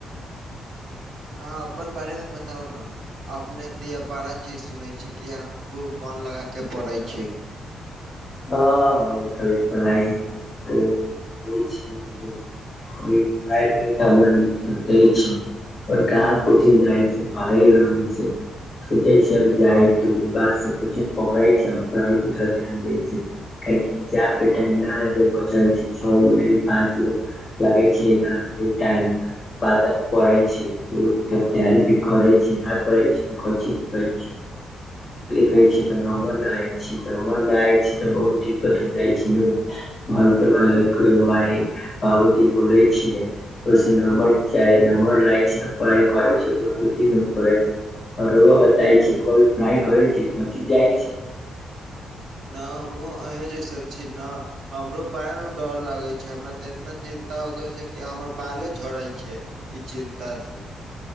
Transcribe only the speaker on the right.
अहाँ अपन बारे मे बताउ ना। अपने दिया बड़ा चीज सुनै छी कि आहा खूब मन लगा के पढ़े छी।
ना हमहुँ अहें जैसन छी ना। हमरो बड़ा नऽ डर लागे छैय, हमरा ते इतना चिन्ता हो गेल छैय कि हमर बालो झड़ै छैय। ई चिन्ता से